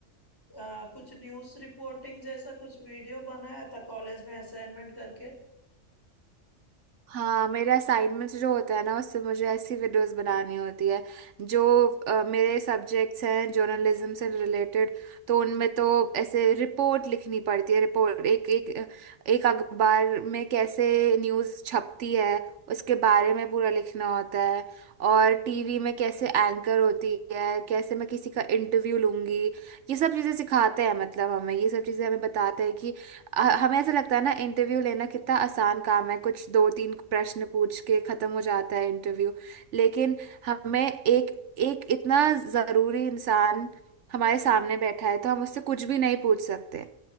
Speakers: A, on the left; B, on the right.
A: आ, कुछ न्यूज़ रिपोर्टिंग जैसा कुछ वीडियो बनाया था कॉलेज में असाइनमेंट करके
B: हाँ मेरे असाइनमेंट्स जो होते हैं ना उससे मुझे ऐसी वीडियोस बनानी होती है जो अ, मेरे सब्जेक्ट्स हैं जर्नलिज्म से रिलेटेड तो उनमें तो ऐसे रिपोर्ट लिखनी पड़ती है रिपोर्ट एक एक एक अखबार में कैसे न्यूज़ छपती है उसके बारे में पूरा लिखना होता है और टीवी में कैसे एंकर होती है कैसे मैं किसी का इंटरव्यू लूंगी ये सब चीज़ें सिखाते हैं मतलब हमें ये सब चीज़ें हमें बताते हैं कि अ, हमें ऐसा लगता है ना इंटरव्यू लेना कितना आसान काम है कुछ दो तीन प्रश्न पूछ के खत्म हो जाता है इंटरव्यू लेकिन हमें एक एक इतना जरूरी इंसान हमारे सामने बैठा है तो हम उससे कुछ भी नहीं पूछ सकते